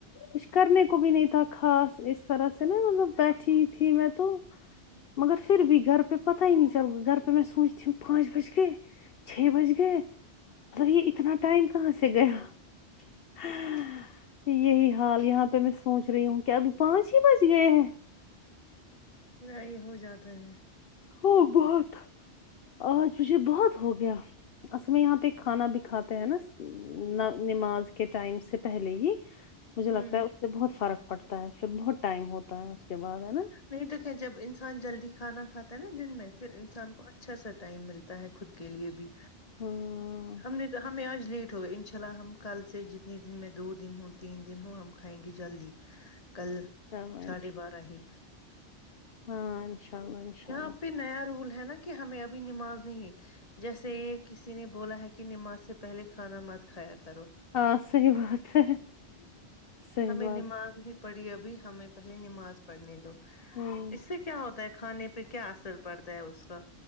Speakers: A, on the left; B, on the left.
A: کچھ کرنے کو بھی نہیں تھا خاص اس طرح سے نا مطلب بیٹھی تھی میں تو مگر پھر بھی گھر پہ پتہ ہی نہیں چل گھر پہ میں سوچتی ہوں پانچ بج گے چھ بج گئے مطلب یہ اتنا ٹائم کہاں سے گیا ہاں یہی حال یہاں پہ میں سوچ رہی ہوں کیا ابھی پانچ ہی بج گئے ہیں
B: نہیں ہو جاتا ہے
A: ہو بہت آج مجھے بہت ہوگیا اصل میں یہاں پہ کھانا بھی کھاتے ہیں نا نماز کے ٹائم سے پہلے ہی مجھے
B: ہوں
A: لگتا ہے اس سے بہت فرق پڑتا ہے پھر بہت ٹائم ہوتا ہے اس کے بعد ہے نا
B: نہیں تو کہ جب انسان جلدی کھانا کھا نا دن میں پھر انسان کو اچھا سا ٹائم ملتا ہے خود کے لیے بھی
A: ہوں،
B: ہم نے ہمیں آج لیٹ ہو گئے ان شاء اللہ ہم کل سے جتنے دن میں دو دن ہوں تین دن ہوں ہم کھائیں گے جلدی کل
A: ہاں چلو انشاء
B: ساڑھے بارہ ہی
A: ہاں انشاء اللہ انشاء
B: یہاں
A: اللہ
B: پہ نیا رول ہے نا کہ ہمیں ابھی نماز نہیں جیسے یہ کسی نے بولا ہے کہ نماز سے پہلے کھانا مت کھایا کرو
A: ہاں صحیح بات ہے صحیح
B: ہمیں
A: بات
B: نماز ہی پڑی ابھی ہمیں پہلے نماز پڑھنے دو
A: ہوں
B: اس سے کیا ہوتا ہے کھانے پہ کیا اثر پڑتا ہے اس کا